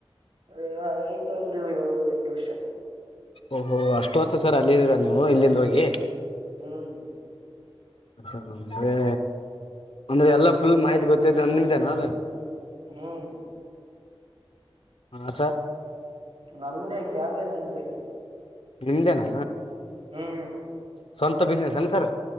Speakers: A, on the right; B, on the left.
A: ಅಯ್ಯೋ ಆಯ್ತು ಒಂದು ಏಳು ಎಂಟು ವರ್ಷ
B: ಓಹೋ ಅಷ್ಟು ವರ್ಷ ಸರ್ ಅಲ್ಲಿ ಇದೀರ ನೀವು ಇಲ್ಲಿಂದ ಹೋಗಿ
A: ಹ್ಮ್
B: ಹ ಅಂದ್ರೆ ಅಂದ್ರೆ ಎಲ್ಲಾ ಫುಲ್ ಮಾಹಿತಿ ಗೊತ್ತತ್ತು ನಿಮ್ದೇನಾ ಅದ
A: ಹ್ಮ್
B: ಹಾ ಸರ್
A: ನಮ್ದೇ ಕ್ಯಾಬೆ ನಮ್ಜೆ
B: ನಿಮ್ದೆನಾ
A: ಹ್ಮ್
B: ಸ್ವಂತ ಬಿಸಿನೆಸ್ ಏನ್ ಸರ್